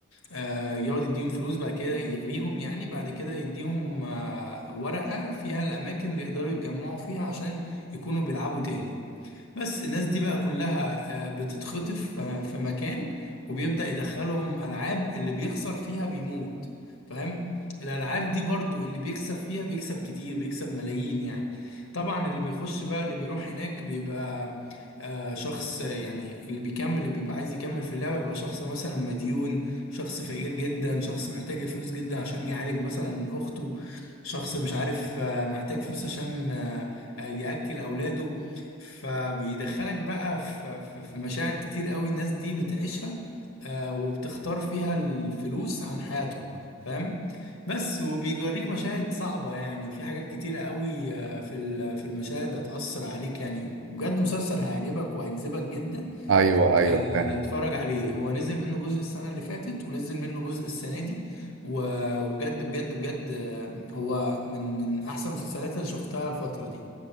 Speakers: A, on the left; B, on the right.
A: آه، يقعد يديهم فلوس بعد كده يغريهم يعني بعد كده يديهم آه، ورقة فيها الأماكن اللي يقدروا يتجمعوا فيها عشان يكونوا بيلعبوا تاني بس الناس دي بقى كلها آه، بتتخطف ف- في مكان وبيبدأ يدخلهم ألعاب اللي بيخسر فيها بيموت فاهم الألعاب دي برضو اللي بيكسب فيها بيكسب كتير بيكسب ملايين يعني طبعا اللي بيخش بقى اللي بيروح هناك بيبقى آه، شخص آه، يعني اللي بيكمل اللي بيبقى عايز يكمل في اللعبة بيبقى شخص مثلا مديون شخص فقير جدا شخص محتاج الفلوس جدا عشان يعالج مثلا أخته شخص مش عارف آه، محتاج فلوس عشان آه، آه، يأكل أولاده فبيدخلك بقى في في في مشاعر كتير قوي الناس دي بتعيشها آه، وبتختار فيها الفلوس عن حياتهم فاهم بس وبيوريك مشاهد صعبة يعني في حاجات كتيرة قوي آه، في ال- في المشاهد هتأثر عليك يعني بجد مسلسل هيعجبك وهيجذبك جدا
B: ايوه ايوه
A: آه،
B: فاهم
A: اتفرج عليه هو نزل منه جزء السنة اللي فاتت ونزل منه جزء السنة دي و- وبجد بجد بجد آه، هو من من أحسن المسلسلات اللي شفتها الفترة دي